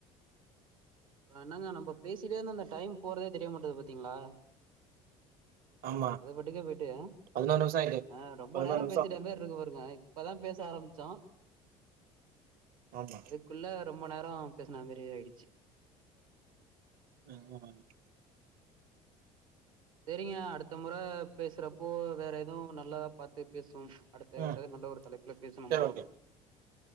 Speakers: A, on the right; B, on the right.
A: அ என்னங்க நம்ம பேசிட்டே இருந்து அந்த டைம் போறதே தெரிய மாட்டது பாத்தீங்களா
B: ஆமா
A: அது பட்டுக்கே போயிட்டு ஆ
B: பதினோரு நிமிஷம் ஆயிட்டு
A: அ ரொம்ப
B: பதினோரு
A: நேரோ
B: நிமிஷம்
A: பேசிட்டே பேர் இருக்கு பாருங்க இப்பதா பேச ஆரம்பிச்சோ
B: ஆமா
A: அதுக்கு அதுக்குள்ள ரொம்ப நேரோ பேசின மாதரி ஆயிடுச்சு
B: <unintelligible>
A: சரிங்க அடுத்த முற பேசுறப்போ வேற எதுவு நல்லாதா பார்த்து பேசுவோ அடுத்து
B: ம்
A: வேற ஏதாவது நல்ல ஒரு தலைப்புல பேசணும்ப்ரோ
B: சரி ஓகே